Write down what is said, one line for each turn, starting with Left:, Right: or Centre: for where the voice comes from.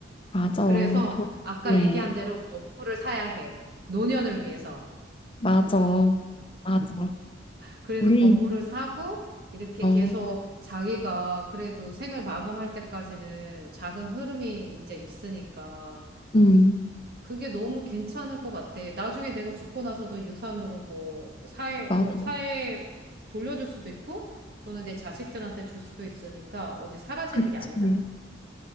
Left: 맞아.
Right: 그래서
Left: 도쿄에
Right: 아까 얘기한 대로 건물을 사야 해. 노년을 위해서.
Left: 맞아. 맞아.
Right: 그래서
Left: 우리
Right: 건물을 사고 이렇게
Left: 어,
Right: 계속 자기가 그래도 생을 마감할 때까지는 작은 흐름이 이제 있으니까
Left: 음,
Right: 그게 너무 괜찮을 것 같아. 나중에 내가 죽고 나서도 유산으로 뭐 사회 뭐
Left: 맞아.
Right: 사회에 돌려줄 수도 있고 또는 내 자식들한테 줄 수도 있으니까 어디 사라지는
Left: 그렇지.
Right: 게 아니잖아.